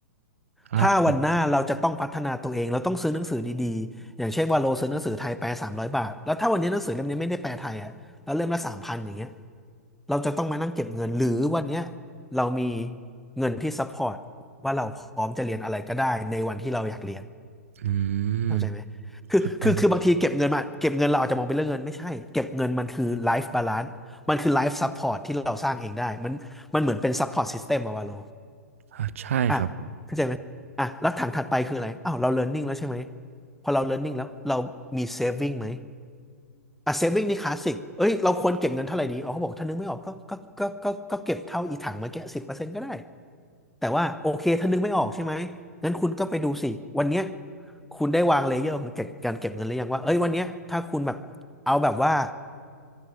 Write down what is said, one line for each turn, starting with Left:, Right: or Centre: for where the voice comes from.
Right: ล่าถุ
Centre: ถ้าวันหน้าเราจะต้องพัฒนาตัวเองเราต้องซื้อหนังสือดีๆอย่างเช่นว่าโลซื้อหนังสือไทยแปลสามร้อยบาทแล้วถ้าวันนี้หนังสือเล่มนี้ไม่ได้แปลไทยอ่ะแล้วเล่มละสามพันอย่างเงี้ยเราจะต้องมานั่งเก็บเงินหรือวันเนี้ยเรามีเงินที่ซัพพอร์ตว่าเราพร้อมจะเรียนอะไรก็ได้ในวันที่เราอยากเรียน
Right: อืม
Centre: เข้าใจไหมคือคือคือบางทีเก็บเงินมาเก็บเงินเราอาจจะมองเป็นเรื่องเงินไม่ใช่เก็บเงินมันคือไลฟ์บาลานซ์มันคือไลฟ์ซัพพอร์ตที่เราสร้างเองได้มันมันเหมือนเป็นซัพพอร์ตซิสเต็มอะวาโล
Right: เข้าใจครับอ่าใช่ครับ
Centre: อ่ะเข้าใจไหมอ่ะแล้วถังถัดไปคืออะไรอ้าวเรา learning แล้วใช่ไหมพอเรา learning แล้วเรามี saving ไหมอ่ะ saving นี่คลาสสิกเอ้ยเราควรเก็บเงินเท่าไหร่ดีอ๋อเขาบอกถ้านึกไม่ออกก็ก็ก็ก็ก็เก็บเท่าอีถังเมื่อกี้สิบเปอร์เซ็นต์ก็ได้แต่ว่าโอเคถ้านึกไม่ออกใช่ไหมงั้นคุณก็ไปดูสิวันเนี้ยคุณได้วางเลเยอร์ของเก็บการเก็บเงินหรือยังว่าเอ้ยวันเนี้ยถ้าคุณแบบเอาแบบว่า